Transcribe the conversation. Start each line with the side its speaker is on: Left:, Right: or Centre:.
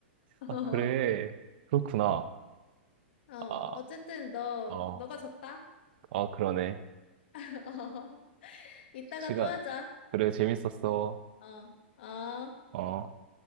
Left: <laughs>
Right: 아, 그래. 그렇구나.
Left: 어,
Right: 아,
Left: 어쨌든 너,
Right: 어,
Left: 너가 졌다.
Right: 어, 그러네.
Left: <laughs> 이따가
Right: 시간.
Left: 또 하자.
Right: 그래, 재밌었어.
Left: 어, 어.
Right: 어.